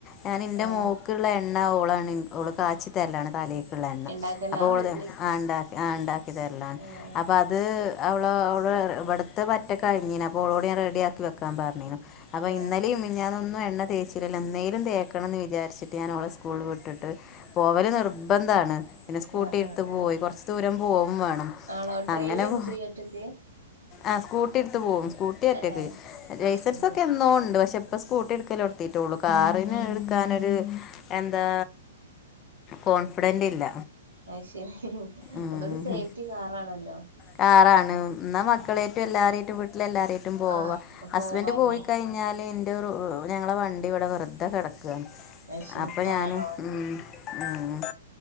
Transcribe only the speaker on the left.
ഞാൻ എൻ്റെ
മോ ക്കുള്ള എണ്ണ ഓളാണ് ഓള് കാച്ചി തരലാണ് തലേക്കുള്ള എണ്ണ
അപ്പൊ ഓ
ആ ണ്ടാക്കി ആ ഉണ്ടാക്കിതരലാണ്
അ അത് അവള അവള ഇവിട്ത്തെ പറ്റ കഴിഞ്ഞീന അപ്പൊ ഓളോട് ഞാൻ റെഡി ആക്കി വെക്കാൻ പറഞ്ഞീനു അപ്പൊ
ഇന്നലെയും മി ഞ്ഞാന്നൊന്നും എണ്ണ തേച്ചിലല്ലോ ഇന്നേലും തേക്കണംന്ന് വിചാരിച്ചിട്ട് ഞാൻ ഓളെ സ്കൂളിൽ വിട്ടിട്ട് പോവല് നിർബന്ധാണ് പിന്നെ സ്കൂട്ടി
എടുത്ത്
പോയി കുറച്ചു ദൂരം പോവും വേണം
അങ്ങനെ
പോ
ആ സ്കൂട്ടി എടുത്ത് പോവും സ്കൂട്ടി ഒറ്റക്ക്
ലൈസൻസ്
ഒക്കെ എന്നോ ഉണ്ട് പക്ഷെ ഇപ്പ സ്കൂട്ടി എടുക്കലോടു കിട്ടുള്ളൂ കാറിന്
എടുക്കാനൊരു എന്താ കോൺഫിഡന്റ് ഇല്ല
ഉം
കാറാണ്
എന്നാ മക്കളേറ്റും എല്ലാരേറ്റും വീട്ടില എല്ലാരേറ്റും പോവാം
ഹസ്ബന്റ്
പോയി കഴിഞ്ഞാല് ഞങ്ങളെ വണ്ടി ഇവിടെ വെർതെ കടക്കുയാണ്
അപ്പൊ
ഞാന് ഉം ഉം